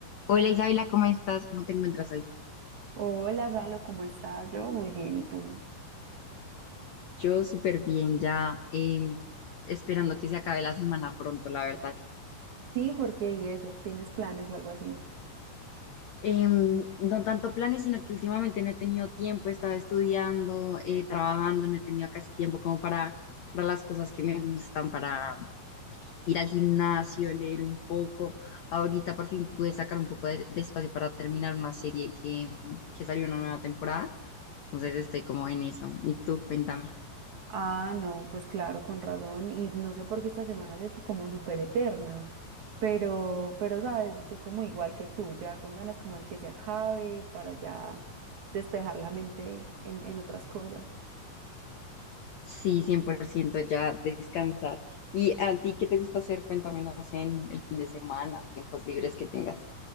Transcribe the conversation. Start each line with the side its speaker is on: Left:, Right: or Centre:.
Left: Hola Isabela, ¿cómo estás? ¿Cómo te encuentras hoy?
Right: Hola, Salo, ¿cómo estás? Yo muy bien, ¿y tú?
Left: Yo súper bien, ya em, esperando que se acabe la semana pronto, la verdad.
Right: Sí, por qué y eso, ¿tienes planes o algo así?
Left: Em, no tanto planes, sino que últimamente no he tenido tiempo, he estado estudiando, eh, trabajando, no he tenido casi tiempo como para, para las cosas que me gustan, para ir al gimnasio, leer un poco. Ahorita por fin pude sacar un poco de, de espacio para terminar una serie que, que salió una nueva temporada, entonces estoy como en eso. ¿Y tú, cuéntame?
Right: Ah, no, pues claro, con razón. Y no sé por qué esta semana se ha hecho como súper eterna, pero, pero, sabes, estoy como igual que tú, ya con ganas como de que se acabe para ya despejar la mente en, en otras cosas.
Left: Sí, 100% ya descansar. ¿Y a ti qué te gusta hacer? Cuéntamelas en el fin de semana, tiempos libres que tengas.